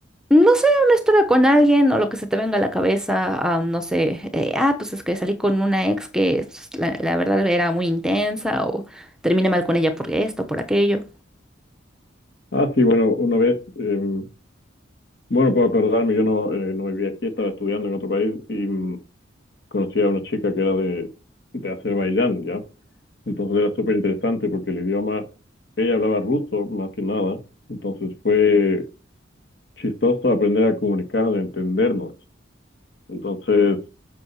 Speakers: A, in the centre; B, on the left (about 55°).
A: No sé, una historia con alguien o lo que se te venga a la cabeza, ah, no sé, eh, ah, pues es que salí con una ex que pues, la, la verdad era muy intensa o terminé mal con ella por esto, por aquello.
B: Ah, sí, bueno, una vez, em, bueno, puedo acordarme, yo no, eh, no vivía aquí, estaba estudiando en otro país y mm, conocí a una chica que era de, de Azerbaiyán, ¿ya? Entonces era súper interesante porque el idioma, ella hablaba ruso más que nada, entonces fue chistoso aprender a comunicarnos y entendernos. Entonces,